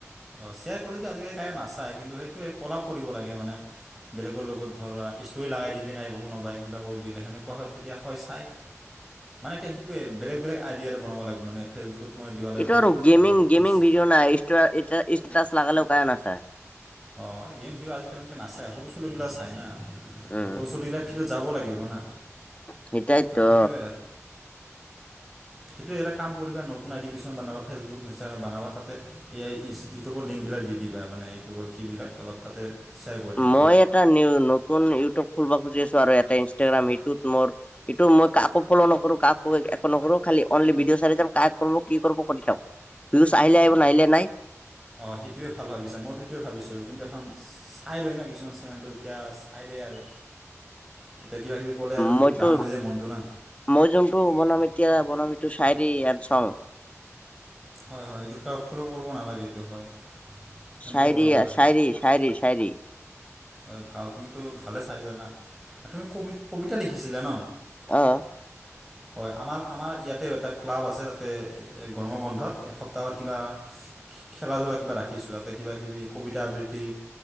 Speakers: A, in the centre; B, on the left.
A: অ শ্বেয়াৰ কৰিলেটো আজিকালি কায়ো নাচায় কিন্তু সেইটোৱে কলাপ কৰিব লাগে মানে। বেলেগৰ লগত ধৰা ইষ্টৰি লগাই দিলে কোনোবাই কিবা কৰি দিলে সেনেকুৱা হয় তেতিয়া হয় চাই। <unintelligible> মানে এতিয়া সেইটোৱে বেলেগ বেলেগ আইডিয়াৰে বনাব লাগিব মানে ফেচবুকত তোমাক দিব লাগিব
B: এইটো গেমিং
A: আৰু
B: গেমিং
A: ই
B: নাই ষ্টেটাচ লাগালেও কোনো নাচাই।
A: অ গেম ভিডিঅ আজিকালি এনেকে নাচায় সৰু ছোৱালী বিলাকক চাই না।
B: উম
A: সৰু ছোলিবিলাক ফিৰত যাব লাগিব না।
B: সেইটাইতো।
A: ত' সেইটোৱে সেইটো এটা কাম কৰিবা নতুন আইডি কিছুমান বনাব ফেচুবুকন ষ্টিটাগ্ৰামত বনাবা তাতে এই ইউটিউবৰ লিংকবিলাক দি দিবা মানে ইউটিউবৰ কিবিলাক অলপ তাতে শ্বেয়াৰ কৰি দিবা
B: মই
A: ত'
B: এটা নিউ নতুন ইউটিউব ফুলব খুজি আছো আৰু এটা ইনষ্টাগ্ৰাম সেইটোত মোৰ সেইটো মই কাকো ফলো' নকৰো কাকো একো নকৰো খালি অনলি ভিডিঅ' চাই যাম কাক কৰিব কি কৰিব কৰি থাকক। ভিউজ আহিলে আহিব নাহিলে নাই।
A: অঁ সেইটোৱে ভাল ভাবিছে মইতো সেইটোৱে ভাবিছোঁ কিন্তু এখন চাই লৈ না কিছুমান চেনেলটো এতিয়া চাই দেই আৰু। তেতিয়া কিবা কিবি ক'লে আৰু
B: মইতো
A: ডাউন হৈ যায় মনটো না।
B: মই যোনটো বনাম এতিয়া, বনামিটো চাইৰি আৰু চং।
A: হয় হয় এইটো কাকৈ ফল' কৰিব নালাগে এইটো হয়। সেনেকৈ
B: চাইৰিয়া
A: বনাব লাগে
B: চাইৰি চাইৰি চাইৰি।
A: হয় ভাল তুমিতো ভালে চাইৰি জানা, তুমি কবি কবিতা লিখিছিলা ন?
B: অঁ।
A: <inaudible> হয় আমাৰ আমাৰ ইয়াতেও এটা ক্লাব আছে তাতে গৰম বন্ধত এসপ্তাহৰ কিবা খেলা ধূলা কিবা ৰাখিছো যাতে কিবা কিবি কবিতা আবৃত্তি